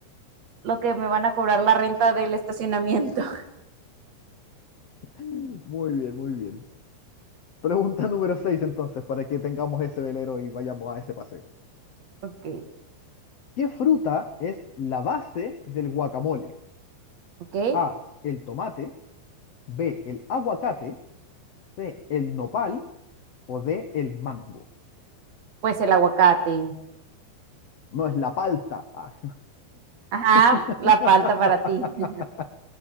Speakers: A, on the right; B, on the left.
A: lo que me van a cobrar la renta del estacionamiento. <laughs>
B: <laughs> Muy bien, muy bien. Pregunta número seis entonces, para que tengamos ese velero y vayamos a ese paseo.
A: Ok,
B: ¿Qué fruta es la base del guacamole?
A: ok.
B: A, el tomate, B, el aguacate. de el nopal o de el mango.
A: Pues el aguacate.
B: No es la palta. Ah.
A: Ajá,
B: <laughs>
A: la palta para ti. <laughs>